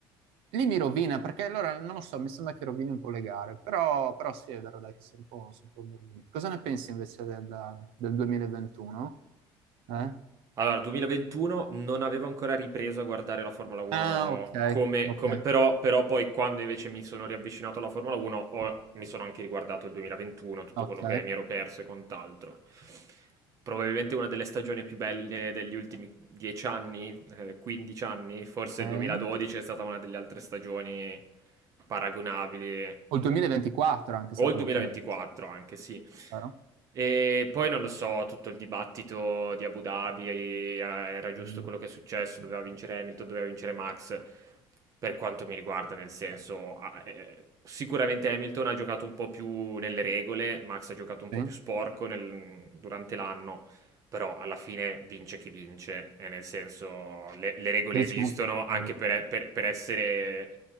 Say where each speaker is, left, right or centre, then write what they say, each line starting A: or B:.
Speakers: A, on the right; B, on the right.
A: Lì mi rovina, perché allora, non lo so, mi sembra che rovini un po' le gare, però, però sì, è vero, dai, che sono un po', sono un po' ammorbidito. Cosa ne pensi invece del, del 2021? Eh?
B: Allora, 2021 non avevo ancora ripreso a guardare la Formula 1
A: Ah, ok,
B: come,
A: ok,
B: come- però, però poi quando invece mi sono riavvicinato alla Formula 1 ho- mi sono anche riguardato il 2021, tutto
A: ok.
B: quello che mi ero perso e quant'altro. Probabilmente una delle stagioni più belle degli ultimi 10 anni, eh, 15 anni, forse
A: Sì.
B: il 2012 è stata una delle altre stagioni paragonabili
A: O il 2024 anche è anche stato
B: o il 2024
A: molto bello.
B: anche, sì.
A: Vero?
B: E poi non lo so, tutto il dibattito di Abu Dhabi, eh, era giusto
A: Mm,
B: quello che è successo, doveva vincere Hamilton, doveva vincere Max, per quanto mi riguarda, nel senso, ah, eh, sicuramente Hamilton ha giocato un po' più nelle regole, Max ha giocato un po'
A: Sì.
B: più sporco nel- durante l'anno, però alla fine vince chi vince, eh, nel senso, le, le regole
A: Dici
B: esistono
A: comunque-
B: anche
A: eh,
B: per per- per essere